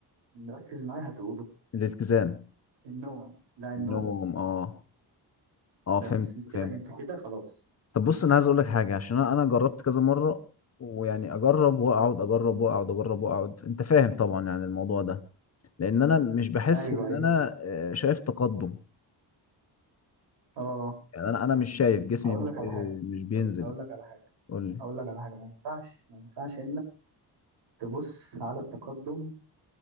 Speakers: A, on the right; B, on the left.
A: مركز معايا هتقوله
B: الالتزام
A: النوم لا النوم
B: نوم اه اه
A: بس
B: فهمت
A: انت
B: فهمت
A: كده انت كده خلاص
B: طب بص انا عايز اقول لك حاجه عشان انا أنا جربت كذا مره ويعني اجرب واقعد اجرب واقعد اجرب واقعد انت فاهم طبعا يعني الموضوع ده لان انا مش بحس
A: ايوه
B: ان
A: ايوه
B: انا آه، شايف تقدم
A: اه
B: يعني انا انا مش شايف جسمي
A: هقول
B: مش
A: لك
B: بي...
A: على حاجه
B: مش بينزل
A: هقول لك على حاجه
B: قول لي
A: هقول لك على حاجه ما ينفعش ما ينفعش تبص على التقدم